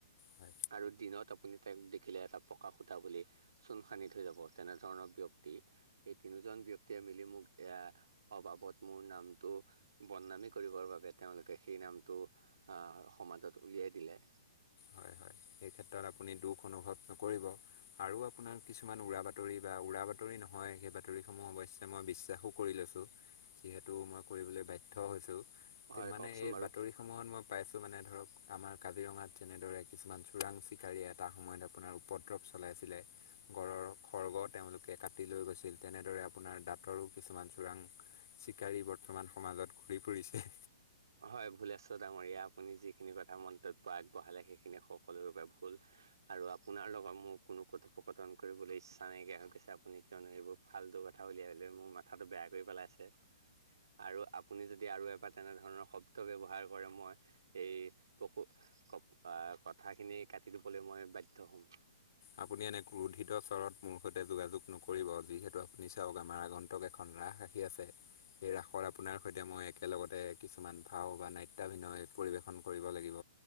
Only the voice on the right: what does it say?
আৰু দিনত আপুনি তেওঁক দেখিলে এটা পকা খুতা বুলি, চূণ সানি থৈ যাব তেনেধৰণৰ ব্যক্তিক। এই তিনিওজন ব্যক্তিয়ে মিলি মোক এইয়া অবাবত মোৰ নামটো বদনামে কৰিবৰ বাবে তেওঁলোকে সেই নামটো আ সমাজত উলিয়াই দিলে।
হয়
কওকচোন
বাৰু
হয় ভুলেশ্বৰ ডাঙৰীয়া, আপুনি যিখিনি কথা মন্তব্য আগবঢ়ালে সেইখিনি সকলোৰে বাবে ভুল। আৰু আপোনাৰ লগত মোৰ কোনো কথোপকথন কৰিবলৈ ইচ্ছা নাইকিয়া হৈ গৈছে, আপুনি কিয়নো এইবোৰ ফালটো কথা উলিয়ালৈ মোৰ মাথাটো বেয়া কৰি পেলাইছে। আৰু আপুনি যদি আৰু এবাৰ তেনেধৰণৰ শব্দ ব্যৱহাৰ <unintelligible> কৰে, মই এই কথোপ <unintelligible> কথোপকথন আ কথাখিনি কাটি দিবলৈ মই বাধ্য হ'ম।